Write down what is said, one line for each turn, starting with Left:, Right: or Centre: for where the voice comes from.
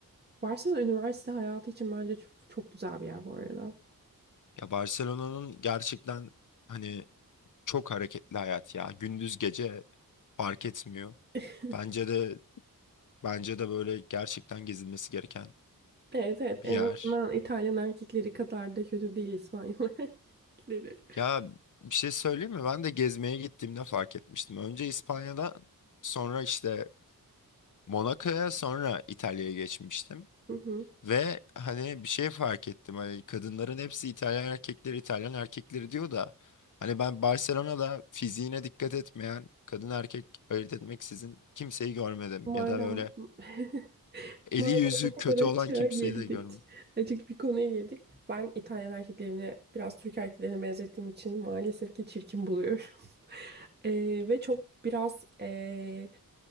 Right: Barcelona üniversite hayatı için bence çok, çok güzel bir yer bu arada.
Left: Ya Barcelona'nın gerçekten hani çok hareketli hayat ya. Gündüz gece fark etmiyor.
Right: <laughs>
Left: Bence de bence de böyle gerçekten gezilmesi gereken
Right: Evet evet en
Left: bir yer.
Right: azından İtalyan erkekleri kadar da kötü değil İspanyol <laughs> erkekleri.
Left: Ya bir şey söyleyeyim mi? Ben de gezmeye gittiğimde fark etmiştim. Önce İspanya'da, sonra işte Monaco'ya, sonra İtalya'ya geçmiştim.
Right: Hı hı.
Left: Ve hani bir şey fark ettim. Hani kadınların hepsi İtalyan erkekleri, İtalyan erkekleri diyor da hani ben Barcelona'da fiziğine dikkat etmeyen, kadın erkek ayırt etmeksizin kimseyi görmedim.
Right: Madem
Left: Ya da böyle
Right: <laughs>
Left: eli
Right: Madem
Left: yüzü
Right: o kadar
Left: kötü
Right: açığa
Left: olan kimseyi
Right: girdik,
Left: de görmedim.
Right: açık bir konuya girdik. Ben İtalyan erkeklerini biraz Türk erkeklerine benzettiğim için maalesef ki çirkin buluyorum. <laughs> Ee, ve çok biraz ee,